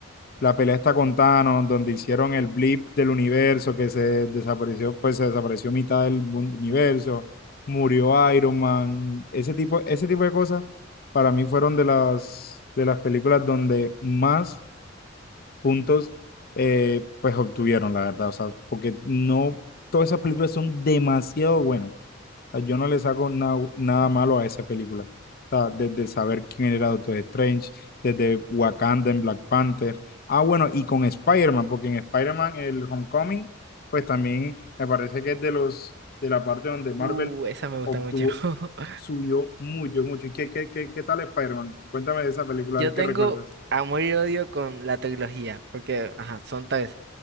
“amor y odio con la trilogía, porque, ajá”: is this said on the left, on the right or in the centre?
Right